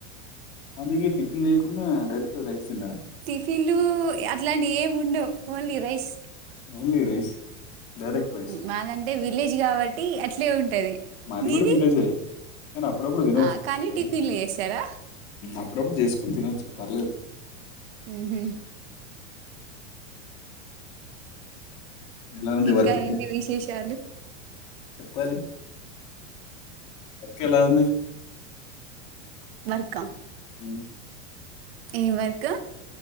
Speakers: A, on the left; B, on the right.
A: మం టిఫిన్ చేయకుండా డైరక్ట్ రైస్ తిన్నారా
B: టిఫిన్లు అట్లాంటివి ఏమి ఉండవు only rice
A: only rice direct rice
B: మాదంటే విలేజ్ కాబట్టి అట్లే ఉంటది
A: మాది
B: మీది
A: కూడా విలేజే కానీ అప్పుడప్పుడు తినొచ్చు
B: ఆ కానీ
A: ఏ
B: టిఫిన్లు చేస్తారా
A: అప్పుడప్పుడు చేసుకొని తినొచ్చు పర్లేదు
B: హహ
A: ఎలా ఉంది
B: ఇంకా
A: వర్క్ ఏ
B: ఏంటి విశేషాలు
A: చెప్పాలి వర్క్ ఎలా ఉంది
B: మర్క
A: అవు
B: ఏం వర్క్